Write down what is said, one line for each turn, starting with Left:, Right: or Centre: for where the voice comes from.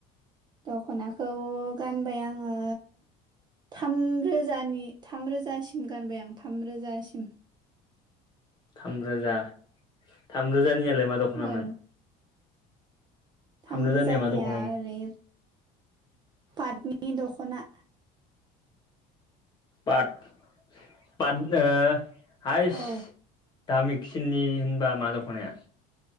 Right: दख'नाखौ गानबाय आङो थामरोजानि थामरोजासिम गानबाय आं थामरोजासिम।
Left: थामरोजा थामरोजानियालाय मा दख'नामोन?
Right: औ थाम
Left: थामरोजानिया
Right: रोजानिया
Left: मा दख'नामोन
Right: ओरै पाटनि दख'ना।
Left: पाट पाट ओ हायस
Right: औ
Left: दामिसिननि होनबा मा दख'नाया?